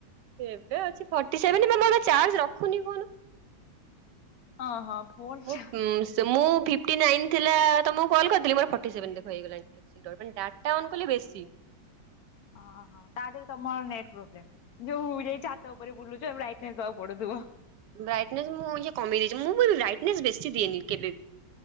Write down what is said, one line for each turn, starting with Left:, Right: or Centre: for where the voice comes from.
Right: ଏବେ ଅଛି ଫୋଟିସେଭେନ ବା ଚାର୍ଜ ରଖୁନି ଫୋନ।
Left: ହଁ ହଁ ଭୋଲଟା
Right: ମୁଁ ସେ ମୁଁ ଫି ଫୋଟିନାଇନ ଥିଲା ତମକୁ କଲ୍ କରିଥିଲି ମୋର ଫୋଟିସେଭନ ଦେଖ ହେଇଗଲାଣି ଡାଟା ଅନ କଲେ ବେଶୀ।
Left: ଓହୋ ତା ଦେହରେ ତମର ନେଟ୍ ପୋବ୍ଲେମ। ଯୋଉ ଯାଇ ଛାତ ଉପରେ ବୁଲୁ ତ ଲାଇସେନସ ଦବାକୁ ପଡୁଥିବ।
Right: ବ୍ରାଇଟନେସ ମୁଁ କମେଇ ଦେଇଛି, ମୁଁ ବି ବ୍ରାଇଟନେସ୍ ବେଶୀ ଦିଏନି କେବେବି